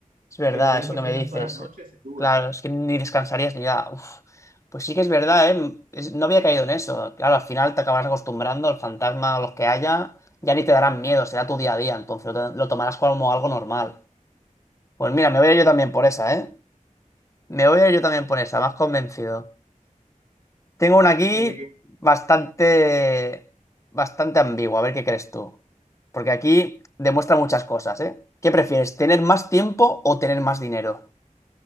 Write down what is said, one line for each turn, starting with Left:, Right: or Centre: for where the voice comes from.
Left: Es verdad,
Right: Pero tener
Left: eso
Right: pesadillas
Left: que me dices.
Right: todas las noches es duro.
Left: Claro, es que ni descansarías ni nada. Uf. Pues sí que es verdad, ¿eh? Es- no había caído en eso. Claro, al final te acabas acostumbrando al fantasma o los que haya, ya ni te darán miedo, será tu día a día, entonces lo, lo tomarás como algo normal. Pues mira, me voy a ir yo también por esa, ¿eh? Me voy a ir yo también por esa, más convencido. Tengo una aquí
Right: <laughs> Tener que-
Left: bastante, bastante ambigua, a ver qué crees tú. Porque aquí demuestra muchas cosas, ¿eh? ¿Qué prefieres, tener más tiempo o tener más dinero?